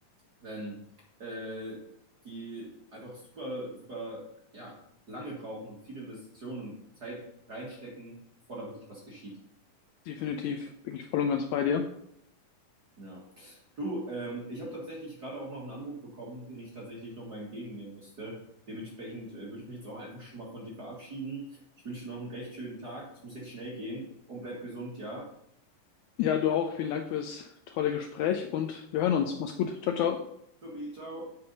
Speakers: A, on the right (about 40°); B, on the left (about 80°).
A: wenn äh, die einfach super, super, ja, lange brauchen und viele Investitionen und Zeit reinstecken, bevor da wirklich was geschieht.
B: Definitiv, bin ich voll und ganz bei dir.
A: Ja. Du, ähm, ich habe tatsächlich gerade auch noch einen Anruf bekommen, den ich tatsächlich nochmal entgegennehmen müsste. Dementsprechend äh, würde ich mich jetzt auch einfach schon mal von dir verabschieden. Ich wünsche dir noch einen recht schönen Tag. Es muss jetzt schnell gehen und bleib gesund, ja?
B: Ja, du auch. Vielen Dank für das tolle Gespräch und wir hören uns. Mach's gut. Ciao, ciao.
A: Supi, ciao.